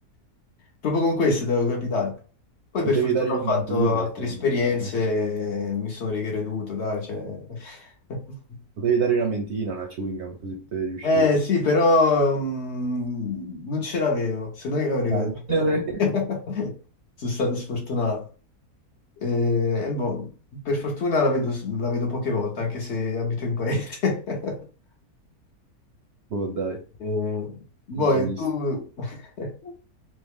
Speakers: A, on the left; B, on the right.
A: Proprio con questo devo capitare. Poi
B: Potevi
A: per fortuna
B: dargli una
A: ho fatto
B: mentina,
A: altre
B: una-
A: esperienze, e mi sono ricreduto, dai, cioè... <laughs>
B: potevi dargli una mentina, una chewing gum, così potevi riuscire.
A: Eh sì, però mm, non ce l'avevo, se no io avrei...
B: Ah, vabbè.
A: <laughs> Sono stato sfortunato. Eh, E boh, per fortuna la vedo, la vedo poche volte, anche se abito in paese. <laughs>
B: Boh, dai,
A: Eh,
B: senza
A: poi
B: misti.
A: tu... <laughs>